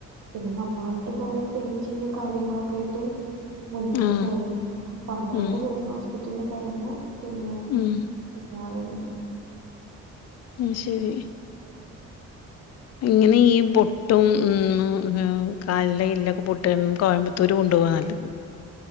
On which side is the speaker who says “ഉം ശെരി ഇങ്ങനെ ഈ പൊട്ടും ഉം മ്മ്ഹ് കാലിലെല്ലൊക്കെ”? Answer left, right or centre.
Left